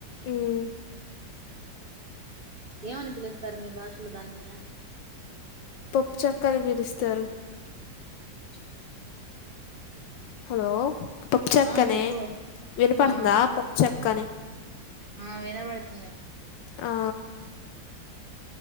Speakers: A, on the left; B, on the right.
A: ఉమ్
B: ఏమని పిలుస్తారు మీ భాషలో దాన్ని?
A: పప్పు చెక్క అని పిలుస్తారు.
B: చిక్క
A: హలో పప్పు చెక్కనే
B: ఆ చెప్పు
A: వినపడిందా
B: ఆ
A: పప్పు చెక్కని
B: ఆ వినబడిందిలే.
A: ఆ